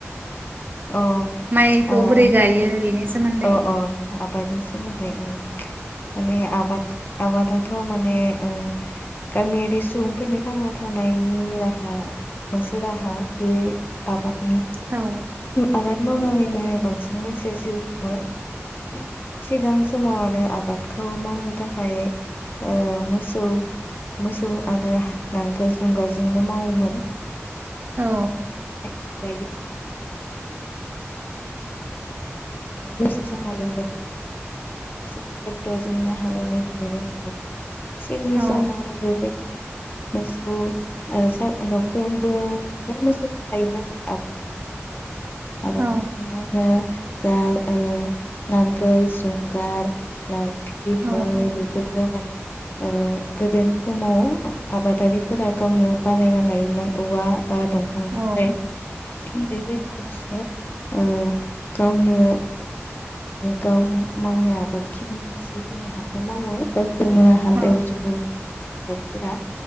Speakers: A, on the left; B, on the right.
A: अ
B: माइखौ
A: ओ अ
B: बोरै गायो बेनि सोमोन्दै?
A: अ आबादनि सोमोनदै ओ माने आबाद आबादाथ' माने ओ गामियारि सुबुंफोरनि थांना थानायनि राहा मोनसे राहा बे आबाद
B: औ
A: आबाद मावनानैनो बांसिन मानसिया जिउ खुङो सिगां समाव आरो आबादखौ मावनो थाखाय ओ मोसौ मोसौ आरो नांगोल जुंगालजोंनो मावोमोन
B: औ
A: <unintelligible> मोसौजों हालेवनायखौ नुनो मोनला गासैबो ट्रेक्टरजोंनो हालेवनायखौ नुनो मोनो सिगांनि
B: औ
A: समाव बेबायदिनो मोसौ ओ सा न'फ्रोमबो मोसौ थाखायोमोन आरो आबाद मावनो थाखाय आबाद
B: औ
A: मावनो जा ओ नांगोल जुंगाल लाव थि
B: औ
A: मै बेफोरफोरखो माने ओ गोदोनि समाव आबादारिफोरा गावनो बानायना लायोमोन औवा बा दंफांनिफ्राय
B: औ
A: बेबायदिनो फिसोरो ओ गावनो गाव मावनाय आबादखिनि जिखिनि हाखौ मावो जोङो हालोदाव
B: औ
A: सुबुं दा <unintelligible>